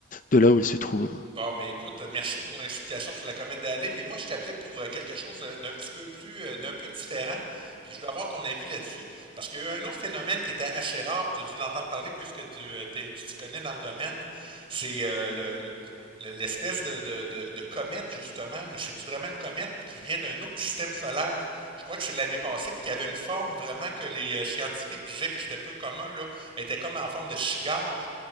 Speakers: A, on the left; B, on the right.
A: de là où elle se trouve.
B: Bon, mais écoute, merci pour ton explication sur la comète Halley, mais moi je t'appelais pour euh, quelque chose euh, d'un petit peu plus, euh, d'un peu différent, puis je voulais avoir ton avis là-dessus, parce qu'il y a eu un autre phénomène qui était assez rare, puis tu as dû en entendre parler puisque tu euh, t'es- tu t'y connais dans le domaine, c'est euh, le, le- l'espèce de, de, de- de comète justement, mais c'est-tu vraiment une comète qui vient d'un autre système solaire? Je crois que c'est l'année passée, puis qui avait une forme vraiment que les euh, scientifiques disaient que c'était peu commun, là, Elle était comme en forme de cigare.